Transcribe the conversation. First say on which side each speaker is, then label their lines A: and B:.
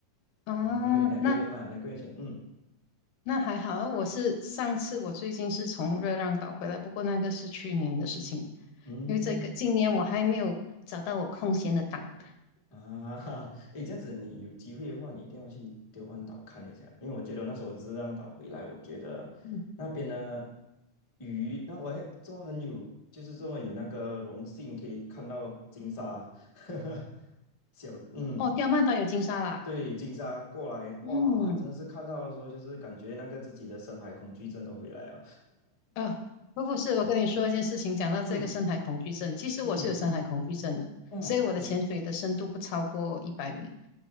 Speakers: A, on the left; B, on the left.
A: 啊，
B: 两三个两个月啊，
A: 那
B: 两个月前，嗯
A: 那还好啊我是上次我最近是从热浪岛回来，不过那个是去年的事情，
B: 嗯。
A: 因为这个今年我还没有找到我空闲的档。
B: 啊，<laughs> 诶，这样子你有机会的话，你一定要去丢万岛看一下，因为我觉得那时候我只是浪岛回来，我觉得那边的
A: 嗯，
B: 鱼，那我还这么很有，就是这么有那个荣幸可以看到金沙，<laughs> 小，嗯，
A: 哦，刁曼岛有金沙啦。
B: 对，金沙过来，
A: 嗯，
B: 哇，真的是看到的时候，就是感觉那个自己的深海恐惧症都回来了，
A: 呃，不不是，我跟你说一件事情，讲到这个深海恐惧症，
B: <laughs> 嗯
A: 其实我是有深海恐惧症的，
B: 嗯，哦哇
A: 所以我的潜水的深度不超过一百米，